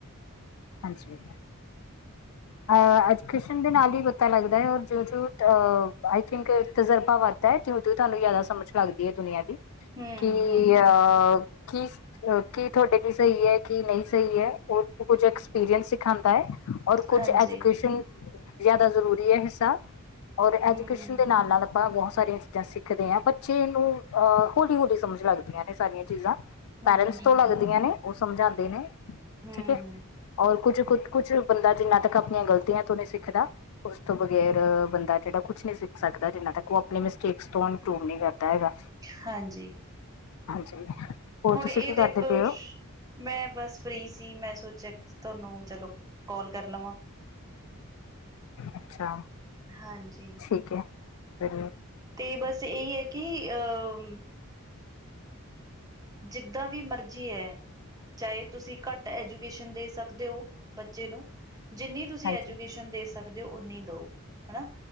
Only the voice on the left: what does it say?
ਹਾਂਜੀ। ਅ ਐਜੂਕੇਸ਼ਨ ਦੇ ਨਾਲ ਈ ਪਤਾ ਲੱਗਦੈ ਜਿਉਂ-ਜਿਉਂ ਅਹ ਆਈ ਥਿੰਕ ਤਜਰਬਾ ਵੱਧਦੈ, ਤਿਉਂ-ਤਿਓ ਤੁਆਨੂੰ ਜਾਦਾ ਸਮਝ ਲੱਗਦੀ ਐ ਦੁਨੀਆਂ ਦੀ,
ਕਿ
ਅਹ ਕੀ ਕੀ ਤੁਆਡੇ ਲਈ ਸਈ ਐ, ਕੀ ਨਈਂ ਸਈ ਐ, ਓ ਕੁੱਝ ਐਕਸਪੀਰੀਅੰਸ ਸਿਖਾਦਾ ਐ ਔਰ ਕੁਛ
ਐਜੂਕੇਸ਼ਨ ਜਾਦਾ ਜਰੂਰੀ ਐ, ਹਿੱਸਾ ਔਰ ਐਜੂਕੇਸ਼ਨ
ਦੇ ਨਾਲ-ਨਾਲ ਆਪਾਂ ਬਹੁਤ ਸਾਰੀਆਂ ਚੀਜ਼ਾਂ ਸਿੱਖ ਖਦੇ ਆ ਬੱਚੇ ਨੂੰ ਅ ਹੌਲੀ-ਹੌਲੀ ਸਮਝ ਲੱਗਦੀਆਂ ਨੇ ਸਾਰੀਆਂ ਚੀਜ਼ਾਂ।
ਪੈਰੈਂਟਸ
ਤੋਂ ਲੱਗਦੀਆਂ ਨੇ ਓ ਸਮਝਾਦੇ ਨੇ
ਠੀਕੈ ਔਰ ਕੁਝ-ਕੁਝ ਕੁੱਛ ਬੰਦਾ ਜਿੰਨਾ ਤੱਕ ਅਪਨੀਆਂ ਗਲਤੀਆਂ ਤੋਂ ਨਈਂ ਸਿੱਖਦਾ ਉਸ ਤੋਂ ਬਗ਼ੈਰ ਬੰਦਾ ਜੇੜਾ ਕੁਛ ਨਈਂ ਸਿੱਖ ਸਕਦਾ, ਜਿੰਨਾ ਤੱਕ ਓ ਅਪਨੇ ਮਿਸਟੇਕਸ ਤੋਂ ਇੰਪਰੂਵ ਨਈਂ ਕਰਦਾ ਹੈਗਾ।
ਹਾਂਜੀ। ਹੋਰ
ਤੁਸੀਂ
ਕੀ ਕਰਦੇ
ਪਏ ਹੋ
ਅੱਛਾ,
ਠੀਕ ਏ ਫੇਰ
ਹਾਂਜੀ